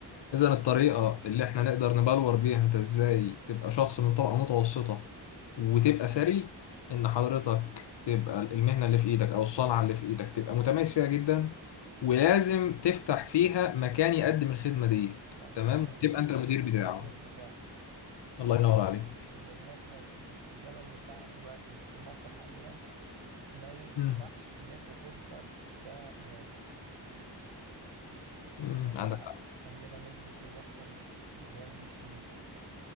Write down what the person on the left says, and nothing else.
اذا الطريقه اللي احنا نقدر نبلور بيها انت ازاي تبقى شخص من طبقه متوسطه وتبقى ثري ان حضرتك تبقى المهنه اللي في ايدك او الصنعه اللي في ايدك تبقى متميز فيها جدا ولازم تفتح فيها مكان يقدم الخدمه دي
تمام
وتبقى
انت المدير
بتاعه
الله ينور عليك
مم.
مم.
عندك حق